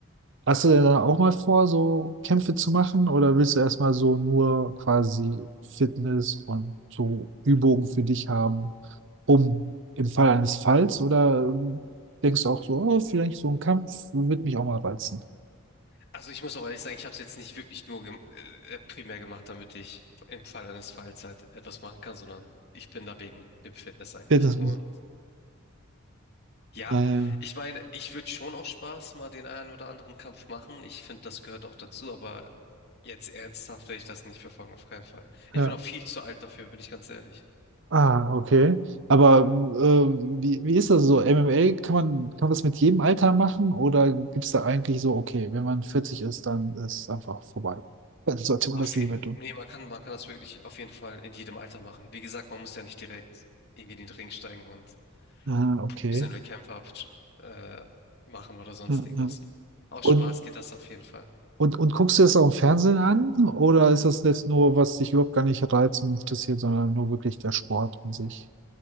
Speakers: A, on the right (about 60°); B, on the left (about 50°).
A: Hast du denn dann auch mal vor, so Kämpfe zu machen oder willst du erstmal so nur quasi Fitness und so Übungen für dich haben, um im Fall eines Falls oder ähm, denkst du auch so, oh, vielleicht so ein Kampf wird mich auch mal reizen?
B: Also ich muss auch ehrlich sagen, ich habe es jetzt nicht wirklich nur gem äh, äh, primär gemacht, damit ich im Fall eines Falls halt etwas machen kann, sondern ich bin da wegen dem Fitness eigentlich.
A: Fitness,
B: Und Ja,
A: äh,
B: ich meine, ich würde schon auch Spaß mal den einen oder anderen Kampf machen. Ich finde, das gehört auch dazu, aber jetzt ernsthaft werde ich das nicht verfolgen, auf keinen Fall. Ich
A: ja.
B: bin auch viel zu alt dafür, bin ich ganz ehrlich.
A: Ah, okay. Aber ähm, wie, wie ist das so? MMA, kann man, kann man das mit jedem Alter machen oder gibt es da eigentlich so, okay, wenn man 40 ist, dann ist es einfach vorbei? Dann sollte man
B: Auf
A: das nicht
B: jeden,
A: mehr
B: nee, man kann, man kann das wirklich auf jeden Fall in jedem Alter machen. Wie gesagt, man muss ja nicht direkt irgendwie in den Ring steigen und
A: Ah, okay.
B: professionelle Kämpfe ab, äh, machen oder sonst
A: Ja,
B: irgendwas.
A: ja.
B: Aus
A: Und,
B: Spaß geht das auf jeden Fall.
A: und, und guckst du das auch im Fernsehen an? Oder ist das jetzt nur, was dich überhaupt gar nicht reizt und interessiert, sondern nur wirklich der Sport an sich?